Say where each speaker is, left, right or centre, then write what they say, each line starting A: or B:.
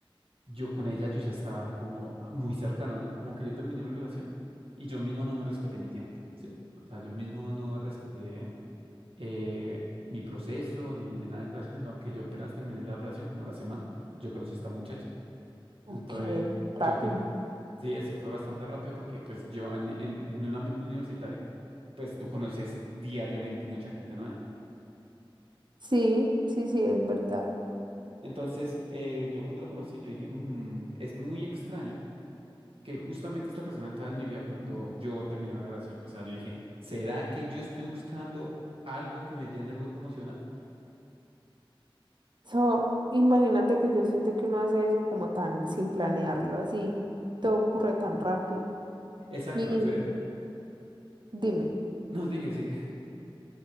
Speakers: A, on the right (about 85°); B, on the right (about 55°).
A: yo con ella yo ya estaba como muy cercano, ¿no? Como que yo terminé mi relación y yo mismo no me respeté mi tiempo, ¿sí? O sea, yo mismo no respeté eh, mi proceso ni, ni nada de relación, sino que yo apenas terminé la relación, como la semana, yo conocí a esta muchacha.
B: Ok,
A: Entonces, yo
B: rápido.
A: pensé, sí, ese fue bastante rápido porque pues yo en, en, en un ambiente universitario, pues tú conoces diariamente mucha gente nueva.
B: Sí, sí, sí, es verdad.
A: Entonces, eh, yo cuando la conocí, yo dije, "Mm, es muy extraño que justamente esta persona entraba en mi vida cuando yo terminé una relación. O sea, yo dije, ¿será que yo estoy buscando algo que me llene el hueco emocional?
B: Eso, imagínate que yo siento que uno hace eso como tan sin planearlo, así todo ocurre tan rápido.
A: Exacto.
B: Y
A: o <laughs>
B: dime,
A: no, sigue, sigue.